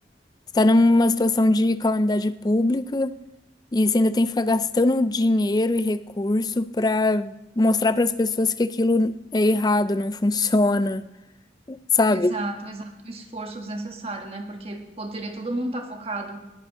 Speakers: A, on the left (about 20°); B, on the right (about 35°).
A: está numa situação de calamidade pública. E você ainda tem que ficar gastando dinheiro e recurso para mostrar para as pessoas que aquilo é errado, não funciona, sabe?
B: exato, exato, um esforço desnecessário, né? Porque poderia todo mundo estar focado